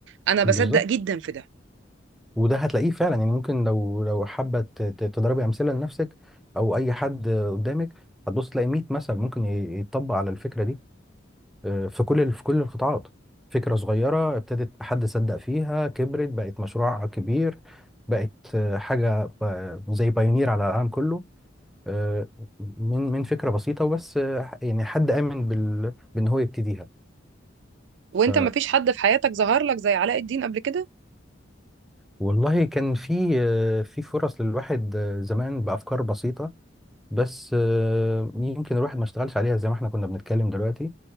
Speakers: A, on the right (about 65°); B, in the centre.
A: انا بصدق
B: بالظبط
A: جدا في ده
B: وده هتلاقيه فعلا يعني ممكن لو لو حابة ت- ت- تضربي أمثلة لنفسك او اي حد قدامك هتبص تلاقي 100 مثل ممكن ي- يتطبق على الفكرة دي آه، في كل ال- في كل القطاعات فكرة صغيرة ابتدت حد صدق فيها كبرت بقت مشروع كبير بقت آه، حاجة آه، زي بايونير على العالم كله آه، من من فكرة بسيطة وبس آه، يعني حد آمن بال... بأن هو يبتديها
A: وانت
B: ف
A: ما فيش حد في حياتك ظهر لك زي علاء الدين قبل كده
B: والله كان في آه، في فرص للواحد آه، زمان بأفكار بسيطة بس آه، يمكن الواحد ما اشتغلش عليها زي ما احنا كنا بنتكلم دلوقتي